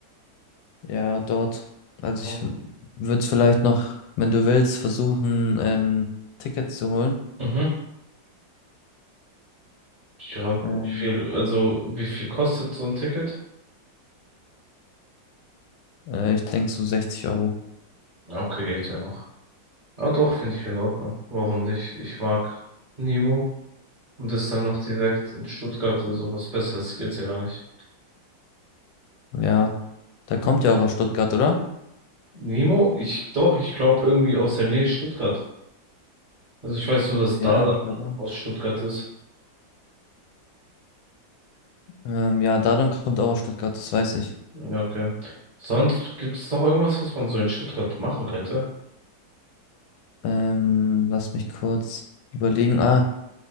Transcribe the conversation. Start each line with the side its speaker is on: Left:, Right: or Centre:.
Left: Ja, dort. Also ich
Right: Um,
Left: würde es vielleicht noch, wenn du willst, versuchen, ähm, Tickets zu holen.
Right: Mhm. Ja,
Left: Ähm,
Right: wie viel, also wie viel kostet so ein Ticket?
Left: äh, ich denke so 60 Euro.
Right: Ja, Okay, geht ja noch. Ah doch, finde ich in Ordnung. Warum nicht? Ich mag Nemo. Und das dann noch direkt in Stuttgart, also was Besseres geht's ja gar nicht.
Left: Ja. Da kommt ja auch aus Stuttgart, oder?
Right: Nemo? Ich, doch, ich glaube irgendwie aus der Nähe Stuttgart. Also ich weiß nur, dass da
Left: Ja,
Right: dann
Left: ich glaube auch.
Right: aus Stuttgart ist.
Left: Ähm, ja, Dadan kommt auch aus Stuttgart, das weiß ich.
Right: Ja, Okay. Sonst gibt es noch irgendwas, was man so in Stuttgart machen könnte?
Left: Ähm, lass mich kurz überlegen. Ah,